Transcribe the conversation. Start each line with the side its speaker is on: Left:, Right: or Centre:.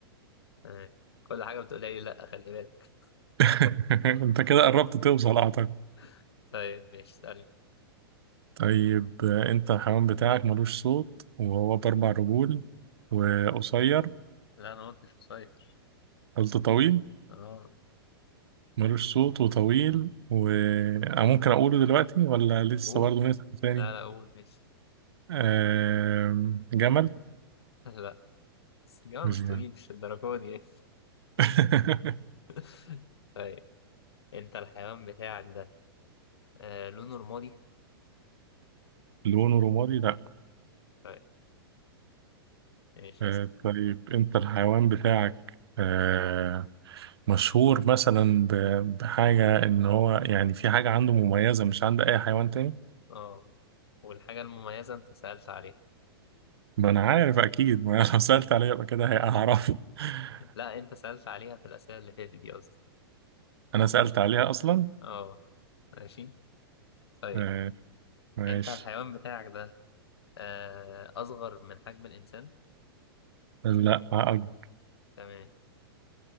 Left: تمام كل حاجة بتقولها لي لا خلي بالك
Right: <laughs> انت كده قربت توصل اعتقد
Left: <laughs> طيب ماشي اسألني
Right: طيب آه انت الحيوان بتاعك ملوش صوت وهو بأربع رجول وقصير
Left: لا انا ما قلتش قصير
Right: قلت طويل
Left: اه
Right: ملوش صوت وطويل و أنا ممكن أقوله دلوقتي ولا لسه
Left: قول
Right: برضه نسأل تاني
Left: لا لا قول ماشي
Right: آه جمل
Left: <laughs> لا بس الجماعة
Right: مش
Left: مش
Right: جمل
Left: طويل مش الدرجة دي
Right: <laughs>
Left: <laughs> طيب انت الحيوان بتاعك ده آه لونه رمادي
Right: لونه رمادي لأ
Left: طيب ماشي
Right: آه،
Left: اسأل
Right: طيب انت الحيوان بتاعك آه، مشهور مثلا ب- بحاجة ان هو يعني في حاجة عنده مميزة مش عند اي حيوان تاني
Left: اه والحاجة المميزة انت سألت عليها
Right: ما انا عارف اكيد ما أنا لو سألت عليها يبقى كده هعرفه <laughs>
Left: لا انت سألت عليها في الأسئلة اللي فاتت دي قصدي
Right: انا سألت عليها اصلا
Left: اه ماشي طيب
Right: آه، ماشي
Left: انت الحيوان بتاعك ده آه أصغر من حجم الإنسان
Right: لا أكبر
Left: تمام